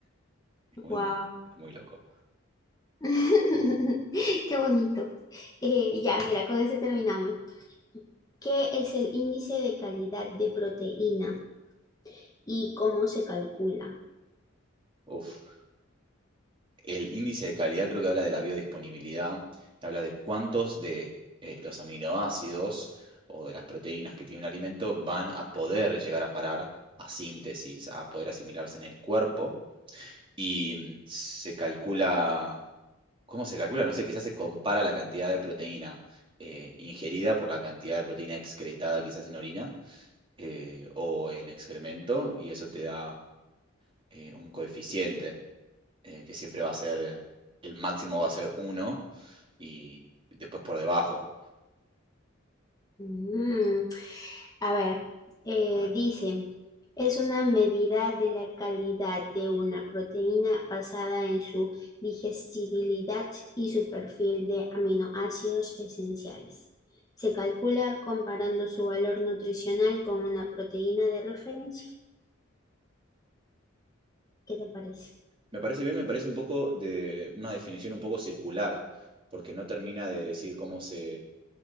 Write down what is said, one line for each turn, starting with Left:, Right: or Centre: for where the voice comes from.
Right: Es muy,
Left: Wow.
Right: es muy loco.
Left: <laughs> Qué bonito. Eh, ya, mira, con eso terminamos. ¿Qué es el índice de calidad de proteína y cómo se calcula?
Right: Uf. El índice de calidad creo que habla de la biodisponibilidad, que habla de cuántos de eh, los aminoácidos o de las proteínas que tiene un alimento van a poder llegar a parar a síntesis, a poder asimilarse en el cuerpo. Y mm, se calcula, ¿cómo se calcula? No sé, quizás se compara la cantidad de proteína eh, ingerida por la cantidad de proteína excretada quizás en orina eh, o en excremento, y eso te da eh, un coeficiente eh, que siempre va a ser, el máximo va a ser uno y después por debajo.
Left: Mm, a ver, eh,
Right: A ver.
Left: dice, es una medida de la calidad de una proteína basada en su digestibilidad y su perfil de aminoácidos esenciales. Se calcula comparando su valor nutricional con una proteína de referencia. ¿Qué te parece?
Right: Me parece bien, me parece un poco de una definición un poco circular, porque no termina de decir cómo se,